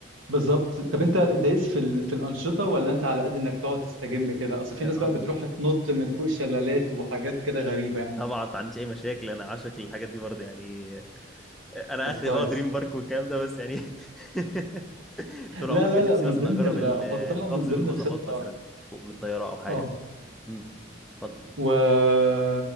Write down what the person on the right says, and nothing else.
بالظبط طب انت دايس في ال... في الانشطه ولا انت على قد انك تقعد تستجم كده اصل في ناس بقى
بتروح تنط من فوق شلالات وحاجات كده غريبه يعني
طب
كويس
لا
لا
لا
من
ضمن
ال...
احطها
من ضمن
الخطه
اه
و